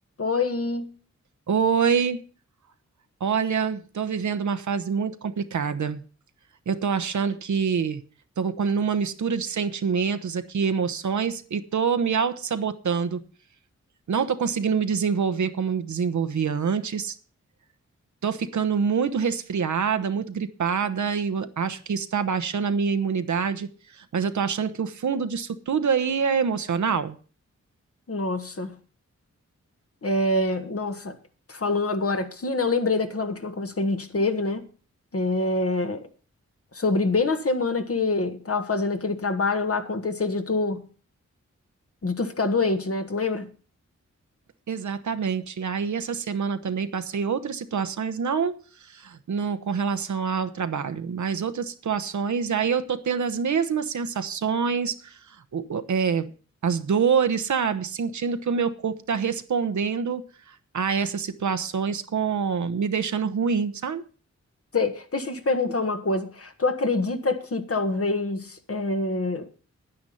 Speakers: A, on the left (about 50°); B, on the right (about 75°).
A: Oi,
B: Oi, olha, estou vivendo uma fase muito complicada. Eu estou achando que estou numa mistura de sentimentos aqui, emoções, e estou me auto-sabotando. Não estou conseguindo me desenvolver como me desenvolvia antes. Estou ficando muito resfriada, muito gripada, e eu acho que isso está abaixando a minha imunidade. Mas eu estou achando que o fundo disso tudo aí é emocional.
A: nossa, é, nossa, falando agora aqui, né? Eu lembrei daquela última conversa que a gente teve, né? É, sobre bem na semana que tava fazendo aquele trabalho lá acontecer de tu, de tu ficar doente, né? Tu lembra?
B: Exatamente. Aí essa semana também passei outras situações, não no, com relação ao trabalho, mas outras situações, aí eu estou tendo as mesmas sensações, o- o- é, as dores, sabe? Sentindo que o meu corpo está respondendo a essas situações com me deixando ruim, sabe?
A: Sei. Deixa eu te perguntar uma coisa. Tu acredita que talvez é,